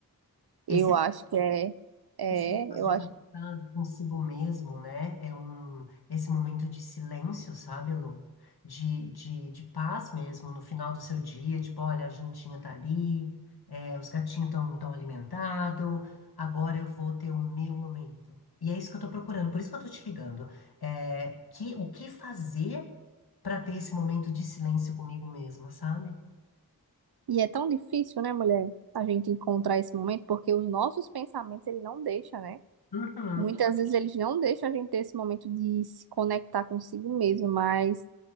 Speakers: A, on the left (about 85°); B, on the right (about 90°).
A: Esse
B: Eu acho que é, é,
A: Esse negócio
B: eu
A: de
B: acho.
A: conectar consigo mesmo, né? É um, esse momento de silêncio, sabe, Lu? De, de, de paz mesmo, no final do seu dia, tipo, olha, a jantinha tá ali, é, os gatinhos estão tão alimentados, agora eu vou ter o meu momento. E é isso que eu tô procurando, por isso que eu tô te ligando. É, que, o que fazer para ter esse momento de silêncio comigo mesma, sabe?
B: E é tão difícil, né, mulher, a gente encontrar esse momento, porque os nossos pensamentos, ele não deixa, né?
A: Uhum,
B: Muitas vezes eles não deixam a gente ter esse momento de se conectar consigo mesmo, mas